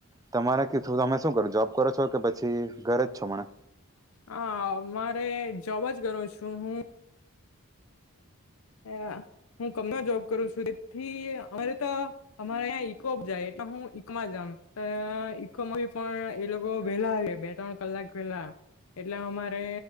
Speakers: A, on the right (about 15°); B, on the left (about 75°).
A: તમારા શુ તમે શું કરો, જોબ. કરો છો કે પછી ઘરે જ છો હમણે?
B: હા, મારે જોબ જ કરું છું હું. હું <inaudible> જોબ કરું છું, તેથી અમારે તો અમારેં ઈકો જાય એટલે હું ઈકોમામાં જામ, ઈકોમાં ભી પણ એ લોકો વેલા આવે બે-ત્રણ કલાક પેલા, એટલે અમારે